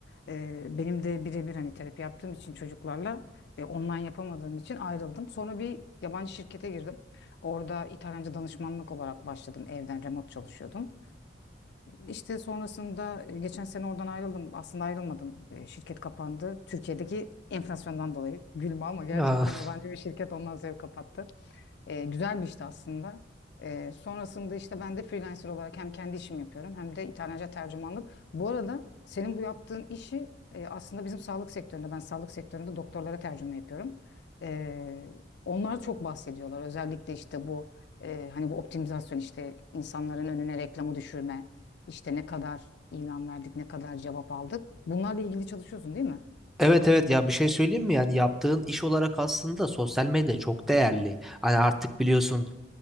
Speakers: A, on the left; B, in the centre.
A: E, benim de birebir hani terapi yaptığım için çocuklarla e, online yapamadığım için ayrıldım. Sonra bir yabancı şirkete girdim. Orada İtalyanca danışmanlık olarak başladım. Evden remote çalışıyordum. İşte sonrasında e, geçen sene oradan ayrıldım. Aslında ayrılmadım. E, Şirket kapandı. Türkiye'deki enflasyondan dolayı. Gülme ama gerçekten
B: <laughs>
A: yabancı bir şirket ondan zevk kapattı. E, güzel bir işti aslında. E, sonrasında işte ben de freelancer olarak hem kendi işimi yapıyorum hem de İtalyanca tercümanlık. Bu arada senin bu yaptığın işi e, aslında bizim sağlık sektöründe, ben sağlık sektöründe doktorlara tercüme yapıyorum. E, onlar çok bahsediyorlar. Özellikle işte bu e, hani bu optimizasyon işte insanların önüne reklamı düşürme, işte ne kadar ilan verdik, ne kadar cevap aldık. Bunlarla ilgili çalışıyorsun değil mi?
B: Evet evet ya bir şey söyleyeyim mi yani yaptığın iş olarak aslında sosyal medya çok değerli. Hani artık biliyorsun